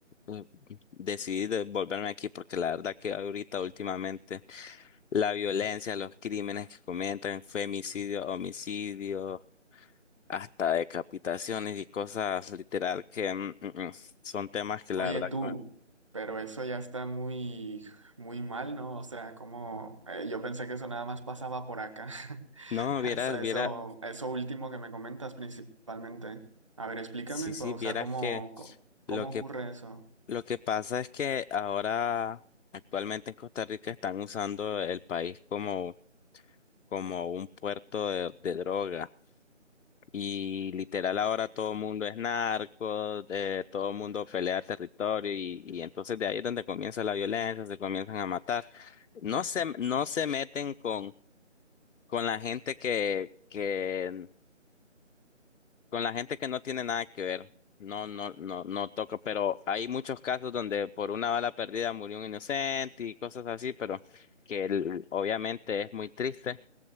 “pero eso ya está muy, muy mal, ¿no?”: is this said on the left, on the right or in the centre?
Right